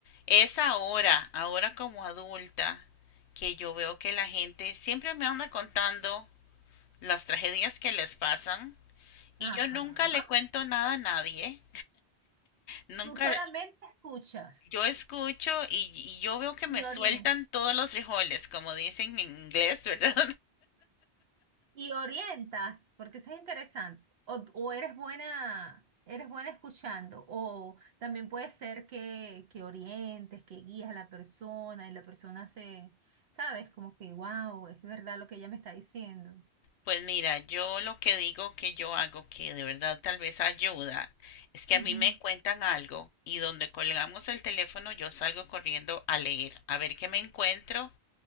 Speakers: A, on the left; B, on the right.
A: Es ahora, ahora como adulta, que yo veo que la gente siempre me anda contando las tragedias que les pasan y
B: Ajá.
A: yo nunca le cuento nada a nadie. Nunca,
B: Tú solamente escuchas
A: yo escucho y, y yo veo que me
B: y
A: sueltan
B: orientas.
A: todos los frijoles, como dicen en inglés, <laughs> ¿verdad?
B: Y orientas, porque eso es interesante. O, o eres buena, eres buena escuchando, o también puede ser que, que orientes, que guías a la persona y la persona se, sabes, como que, wow, es verdad lo que ella me está diciendo.
A: Pues mira, yo lo que digo que yo hago que de verdad tal vez ayuda es que
B: Ujú.
A: a mí me cuentan algo y donde colgamos el teléfono yo salgo corriendo a leer, a ver qué me encuentro,